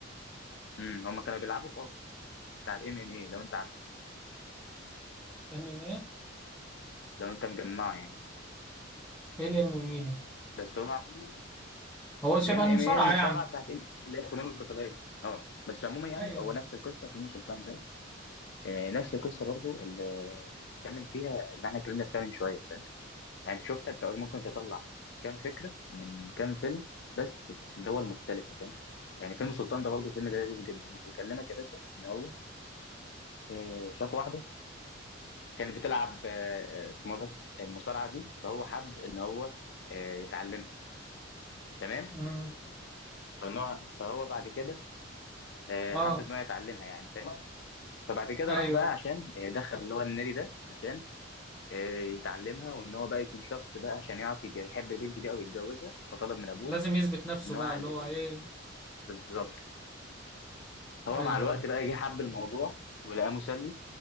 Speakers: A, on the left; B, in the centre.
A: امم هم كانوا بيلعبوا في بتاع الام ام اي لو انت عارف
B: ام ام ايه
A: لو انت مجمعه يعني
B: ايه الام ام ايه دي
A: بس هو عموما
B: هو شبه
A: الام
B: المصارعة
A: ام اي المصارعه
B: يعني
A: بتاعت ام ام اي اللي هي الفنون القتاليه اه بس عموما يعني
B: ايوه
A: هو نفس القصه في الشيطان ده آه نفس القصه برضو اللي اللي بنتكلم فيها اللي احنا اتكلمنا فيها من شويه يعني انت شفت انت ممكن تطلع كام فكره من كام فيلم بس في دول مختلفه فاهم يعني فيلم سلطان ده برضه فيلم ده لذيذ جدا بيكلمك يا باشا ان هو آه، شاف واحده كانت بتلعب آه، آه، اسمه ده المصارعه دي فهو حب ان هو آه، يتعلمها تمام
B: امم
A: فان هو فهو بعد كده آه،
B: اه
A: حب ان هو يتعلمها يعني تمام فبعد كده
B: ايوه
A: راح بقى عشان آه، دخل اللي هو النادي ده عشان آه، يتعلمها وان هو بقى يكون شخص بقى عشان يعرف يج- يحب البنت دي او يتجوزها فطلب من ابوه
B: لازم يثبت نفسه
A: ان
B: بقى
A: هو يعلمها
B: اللي هو ايه
A: بالظبط هو
B: ايوه
A: مع الوقت
B: ايوه
A: بقى جه حب الموضوع ولقاه مسلي